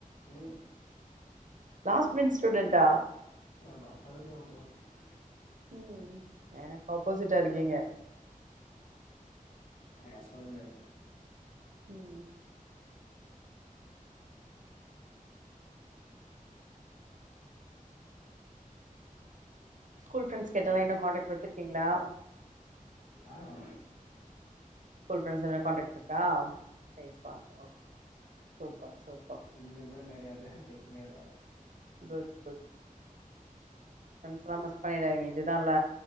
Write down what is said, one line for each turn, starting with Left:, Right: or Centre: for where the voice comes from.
Left: ம்
Right: லாஸ்ட் பெஞ்ச் ஸ்டுடென்ட
Left: அது அப்போதிலிருந்து <unintelligible>
Right: உம் எனக்கு ஆப்போசிட்டா இருக்கிங்க
Left: அது அப்பல இருந்தே அப்படித்தா
Right: உம் ஸ்கூல் பிரெண்ட்ஸ் கிட்ட
Left: அதா
Right: எல்லாம் காண்டாக்ட் வச்சிருக் இருக்கீங்களா
Left: ஆஹ்
Right: ஸ்கூல் ஃப்ரண்ட்ஸோட கான்டேக்ட் இருக்கா <unintelligible> ஓகே சூப்பர் சூப்பர்
Left: இன்னுங்கூட நெறைய பேர் பேசினேருப்பாங்க <unintelligible>
Right: குட் குட் ஃப்ரெண்டஸ்லா மிஸ் பண்ணிடாதிங்க இதுதா இல்ல